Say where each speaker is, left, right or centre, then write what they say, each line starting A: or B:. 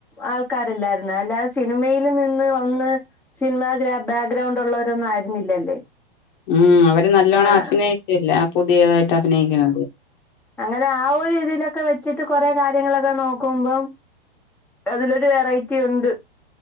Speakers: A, in the centre; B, on the left.
A: ആൾക്കാരല്ലായിരുന്ന അല്ലാതെ സിനിമേല് നിന്ന് വന്ന്. സിനിമ ബാഗ്രൗണ്ട് ഉള്ളവരൊന്നും ആയിരുന്നില്ലല്ലേ.
B: ഉം അവര് നല്ലോണം
A: ആഹ്
B: അഭിനയിച്ചല്ല പുതിയതായിട്ട് അഭിനയിക്കണ.
A: അങ്ങന ആ ഒരു രീതിയിലൊക്കെ വെ വച്ചിട്ട് കൊറെ കാര്യങ്ങളൊക്കെ നോക്കുമ്പം അതിലൊരു വെറൈറ്റി ഉണ്ട്.